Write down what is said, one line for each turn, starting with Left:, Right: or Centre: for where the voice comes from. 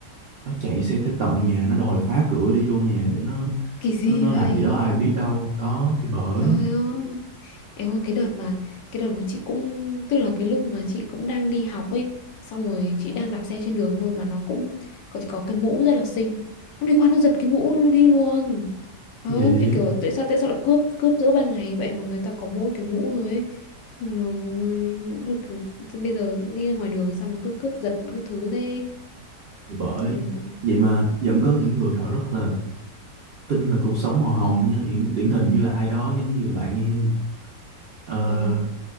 Right: nó chạy xe tới tận nhà nó đòi phá cửa để vô nhà để nó
Left: kỳ gì
Right: nó, nó
Left: vậy
Right: làm gì đó ai biết đâu đó thì bởi
Left: trời ơi Em ơi cái đợt mà cái đợt mà chị cũng tức là cái lúc mà chị cũng đang đi học ấy xong rồi chị đang đạp xe trên đường thôi mà nó cũng có chị có cái mũ rất là xinh nó đi qua nó giật cái mũ luôn đi luôn trời
Right: gì
Left: ơi chị kiểu tại sao tại sao lại cướp cướp giữa ban ngày vậy mà người ta có mỗi cái mũ rồi ấy Xong rồi cứ- bây giờ đi ra ngoài đường sao mà cứ cướp giật các thứ thế
Right: Thì bởi
Left: Em-
Right: vậy mà vẫn có những người họ rất là tin là cuộc sống màu hồng nhá điển, điển hình như là ai đó giống như là bạn em Ờ,
Left: ờ